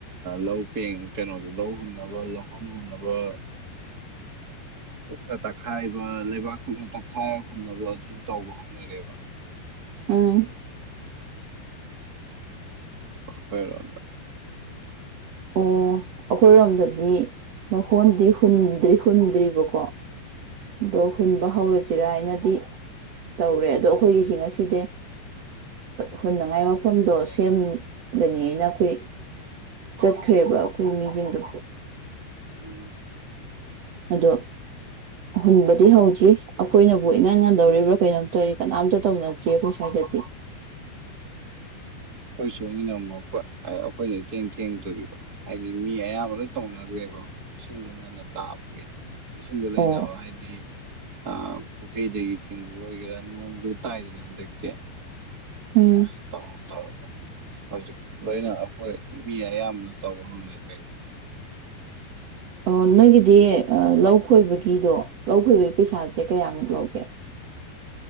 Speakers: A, on the right (about 30°); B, on the right (about 75°).
A: ꯂꯧ ꯄꯦꯡ ꯀꯩꯅꯣꯗꯨꯣ ꯂꯧꯍꯨꯟꯅꯕ ꯂꯧꯍꯟꯍꯨꯅꯕ ꯀꯨꯞꯅ ꯇꯛꯈꯥꯏꯕ ꯂꯩꯕꯥꯛ ꯀꯨꯞꯅ ꯇꯛꯈꯥꯏꯔ ꯍꯨꯟꯅꯕ ꯑꯗꯨꯁꯨ ꯇꯧꯕ ꯍꯧꯅꯔꯦꯕ
B: ꯎꯝ
A: ꯀꯔꯣꯗ
B: ꯑꯣ ꯑꯩꯈꯣꯏꯔꯣꯝꯗꯗꯤ ꯃꯈꯣꯟꯗꯤ ꯍꯨꯟꯗ꯭ꯔꯤ ꯍꯨꯟꯗ꯭ꯔꯤꯕꯀꯣ ꯗ ꯍꯟ ꯍꯔ ꯆꯔꯥ ꯍꯥꯏꯅꯗꯤ ꯇꯧꯔꯦ ꯑꯗꯣ ꯑꯩꯈꯣꯏꯒꯤꯁꯤꯅ ꯁꯤꯗꯤ ꯍꯨꯟꯅꯉꯥꯏ ꯃꯐꯝꯗꯣ ꯁꯦꯝꯒꯅꯤꯅ ꯑꯩꯈꯣꯏ ꯆꯠꯈ꯭ꯔꯦꯕ ꯑꯩꯈꯣꯏ ꯃꯤꯁꯤꯡꯗꯣ
A: ꯎꯝ
B: ꯑꯗꯣ ꯍꯨꯟꯕꯗꯤ ꯍꯧꯗ꯭ꯔꯤ ꯑꯩꯈꯣꯏꯅꯕꯨ ꯏꯉꯥꯟ ꯉꯥꯟꯗꯧꯔꯤꯕ꯭ꯔꯥ ꯀꯩꯅꯣꯝꯇꯧꯔꯤ ꯀꯅꯥꯝꯇ ꯇꯧꯅꯗ꯭ꯔꯤ ꯑꯩꯈꯣꯏ ꯁ꯭ꯋꯥꯏꯗꯗꯤ
A: ꯑꯩꯈꯣꯏ ꯁꯣꯡꯉꯅ ꯑꯃꯨꯛ ꯑꯩꯈꯣꯏ ꯂꯩ ꯊꯦꯡ ꯊꯦꯡꯗꯣꯔꯤꯕ ꯍꯥꯏꯗꯤ ꯃꯤ ꯑꯌꯥꯝꯕ ꯂꯣꯏ ꯇꯧꯅꯈ꯭ꯔꯦꯕ ꯏꯁꯤꯡꯗꯣ ꯉꯟꯅ ꯇꯥꯕꯒꯤ ꯏꯁꯤꯡꯗꯣ ꯂꯩꯅꯕ
B: ꯑꯣ
A: ꯍꯥꯏꯗꯤ ꯑ ꯄꯨꯈꯩꯗꯁꯤꯡ ꯑꯣꯏꯒꯦꯔꯥ ꯅꯣꯡꯁꯨ ꯇꯥꯏꯗꯅꯟ ꯆ
B: ꯎꯝ
A: ꯋꯥ ꯇꯣ ꯇꯧꯔꯒ ꯍꯧꯖꯤꯛ ꯂꯣꯏꯅ ꯑꯩꯈꯣꯏ ꯃꯤ ꯑꯌꯥꯝꯕꯅ ꯇꯧꯕ ꯉ ꯂꯩꯈ꯭ꯔꯦꯕ
B: ꯑꯣ ꯅꯣꯏꯒꯤꯗꯤ ꯂꯧ ꯈꯣꯏꯕꯒꯤꯗꯣ ꯂꯧ ꯈꯣꯏꯕꯒꯤ ꯄꯁꯥꯁꯦ ꯀꯌꯥꯃꯨꯛ ꯂꯧꯒꯦ